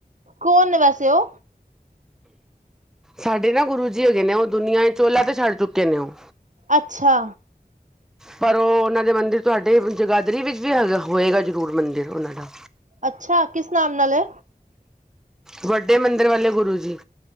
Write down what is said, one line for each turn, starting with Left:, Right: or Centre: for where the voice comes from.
Right: ਕੌਣ ਨੇ ਵੈਸੇ ਔ?
Centre: ਸਾਡੇ ਨਾ ਗੁਰੂ ਜੀ ਹੈਗੇ ਨੇ ਉਹ ਦੁਨੀਆਂ ਚੋਲਾ ਤੇ ਛੱਡ ਚੁੱਕੇ ਨੇ ਉਹ
Right: ਅੱਛਾ,
Centre: ਪਰ ਉਹ ਉਹਨਾਂ ਦੇ ਮੰਦਿਰ ਤੁਹਾਡੇ ਜਗਾਦਰੀ ਵਿੱਚ ਵੀ ਹੈਗਾ ਹੋਏਗਾ ਜ਼ਰੂਰ ਮੰਦਿਰ ਉਹਨਾਂ ਦਾ
Right: ਅੱਛਾ ਕਿਸ ਨਾਮ ਨਾਲ ਏ?
Centre: ਵੱਡੇ ਮੰਦਰ ਵਾਲੇ ਗੁਰੂ ਜੀ।